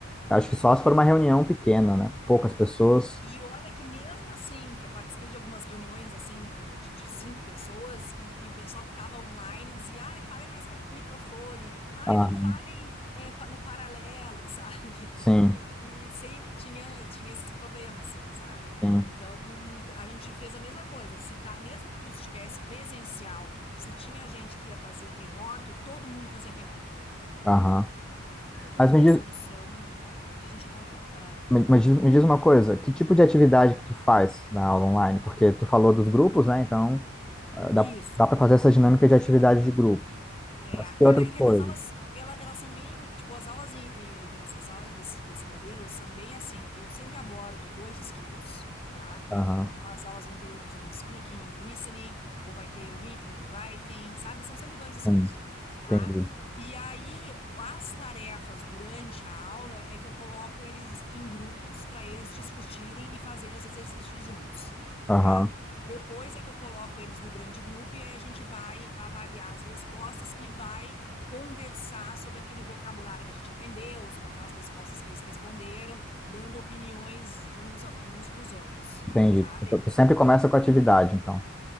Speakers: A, on the left; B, in the centre.
A: né?
B: Acho que só se
A: Então,
B: for uma reunião pequena, né? Poucas pessoas.
A: E olha que mesmo assim, que eu participei de algumas reuniões assim, eh, de, de cinco pessoas, e, e o pessoal que estava online dizia, ai, falem mais perto do microfone, ai,
B: Ah,
A: não falem eh, pa- no paralelo, <laughs> sabe?
B: sim,
A: Que, que sempre tinha, tinha esse problema, assim, sabe?
B: sim.
A: Então, a gente fez a mesma coisa, se tá, mesmo que tu estivesse presencial, se tinha gente que ia fazer remoto, todo mundo fazia remoto,
B: Aham.
A: entendeu?
B: Mas
A: Foi
B: me diz,
A: a solução que a gente encontrou. Ah,
B: me, mas diz- me diz uma coisa, que tipo de atividade que tu faz na aula online? Porque tu falou dos grupos, né? Então, ah,
A: isso.
B: dá, dá para fazer essa dinâmica de atividade de grupo.
A: É,
B: Mas que
A: cara,
B: outras
A: é que
B: coisas?
A: as minhas aulas, ela- elas são bem, tipo, as aulas em- em- dessas aulas desse, desse modelo são bem assim, eu sempre abordo dois skills, tá?
B: Aham,
A: Então, as aulas vão ter, por exemplo, speaking e listening, ou vai ter reading and writing, sabe? São sempre dois skills
B: sim,
A: tá?
B: entendi.
A: E aí, as tarefas durante a aula é que eu coloco eles em grupos para eles discutirem e fazerem os exercícios juntos,
B: Aham,
A: né? Depois é que eu coloco eles no grande grupo e aí a gente vai avaliar as respostas e vai conversar sobre aquele vocabulário que a gente aprendeu, sobre aquelas respostas que eles responderam, dando opiniões de uns, a- uns para os outros,
B: entendi.
A: sabe?
B: Tu tu sempre começa com atividade, então.